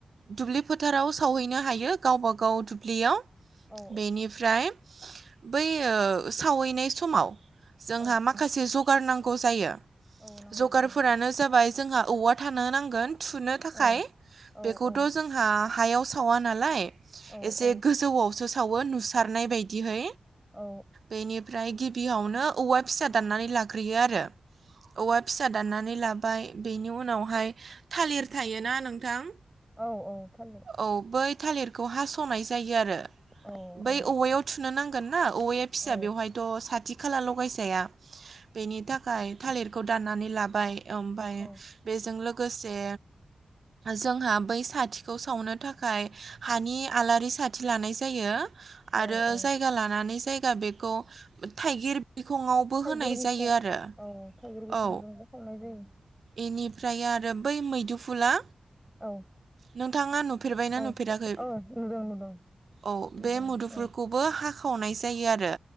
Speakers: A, on the right (about 65°); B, in the centre.
A: दुब्लि फोथाराव सावहैनो हायो गावबा गाव दुब्लियाव
B: औ
A: बेनिफ्राय बै ओ सावैनाय समाव जोंहा
B: औ
A: माखासे जगार नांगौ जायो
B: औ नांगौ
A: जगारफोरानो
B: जायो
A: जाबाय जोंहा औवा थानो नांगोन थुनो थाखाय
B: औ औ
A: बेखौथ'
B: औ
A: जोंहा हायाव सावा नालाय
B: औ
A: एसे
B: औ
A: गोजौयावसो सावो नुसारनाय बायदिहै
B: औ
A: बेनिफ्राय गि बियावनो औवा फिसा दाननानै लाग्रोयो आरो औवा फिसा दाननानै ला बाय बेनि उनावहाय थालिर थायोना नोंथां
B: औ औ थालिर
A: औ बै थालिरखौ हास'नाय जायो आरो
B: औ
A: बै
B: औ
A: औवायाव थुनो नांगौ ना औवाया फिसा
B: औ
A: बेवहायथ' साथि खाला लगायजाया बेनि थाखाय थालिरखौ दाननानै लाबाय ओमफ्राय
B: औ
A: बेजों लोगोसे जोंहा बै साथिखौ सावनो थाखाय हानि आलारि साथि लानाय जा जायो आरो
B: औ औ
A: जायगा लानानै जायगा बेखौ थाइगिर बिखङावबो
B: थाइगिर
A: होनाय
B: बिखं
A: जायो आरो
B: औ थाइगिर बिखंयाव
A: औ
B: जोंबो खावनाय जायो
A: बेनिफ्राय आरो बै मैदुफुला
B: औ
A: नोंथाङा नुफेरबायना
B: औ
A: नुफेराखै
B: औ नुदों नुदों
A: औ
B: नुदों
A: बे मुदुफोरखौबो
B: औ
A: हाख खावनाय जायो आरो